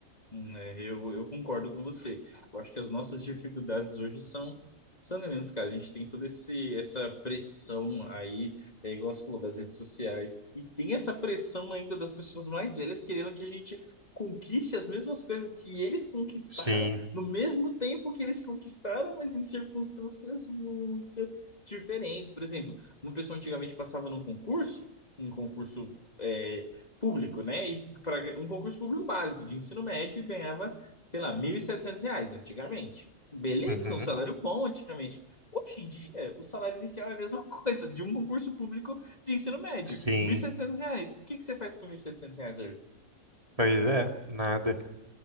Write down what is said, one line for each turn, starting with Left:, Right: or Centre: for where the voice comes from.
Left: Hum, é, eu, eu concordo com você. Eu acho que as nossas dificuldades hoje são, são grandes, cara. A gente tem toda esse, essa pressão aí, é, igual você falou, das redes sociais. E tem essa pressão ainda das pessoas mais velhas querendo que a gente conquiste as mesmas coisas que eles conquistaram,
Right: Sim.
Left: no mesmo tempo que eles conquistaram, mas em circunstâncias muito diferentes. Por exemplo, uma pessoa antigamente passava num concurso, um concurso. é, público, né? E para um concurso público básico de ensino médio e ganhava, sei lá, 1.700 reais antigamente. Beleza,
Right: Uhum.
Left: um salário bom antigamente. Hoje em dia, o salário inicial é a mesma <laughs> coisa de um concurso público de ensino médio,
Right: Sim.
Left: mil e setecentos reais. O que que você faz com 1.700 reais hoje?
Right: Pois é, nada.